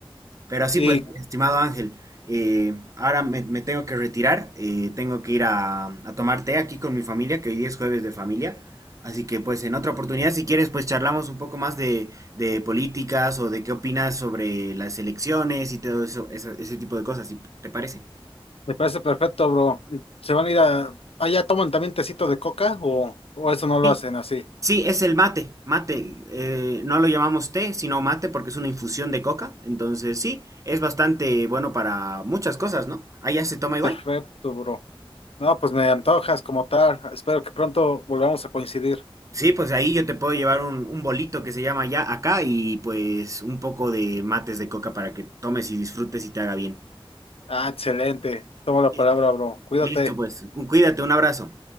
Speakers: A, on the right; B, on the left.
A: Pero así
B: Y
A: pues, estimado Ángel, eh, ahora me, me tengo que retirar, eh, tengo que ir a, a tomar té aquí con mi familia, que hoy día es jueves de familia. Así que pues en otra oportunidad, si quieres, pues charlamos un poco más de, de políticas o de qué opinas sobre las elecciones y todo eso, esa- ese tipo de cosas, si te parece.
B: me parece perfecto, bro. ¿Se van a ir a... allá toman también tecito de coca o, o eso no lo
A: Sí,
B: hacen así?
A: sí, es el mate, mate. eh, no lo llamamos té, sino mate porque es una infusión de coca. Entonces sí, es bastante bueno para muchas cosas, ¿no? Allá se toma igual.
B: Perfecto, bro. No, pues me antojas como tal. Espero que pronto volvamos a coincidir.
A: Sí, pues ahí yo te puedo llevar un, un bolito que se llama ya acá y pues un poco de mates de coca para que tomes y disfrutes y te haga bien.
B: Ah, excelente. Toma la
A: Listo,
B: palabra, bro. Cuídate.
A: Listo, pues. Cuídate, un abrazo.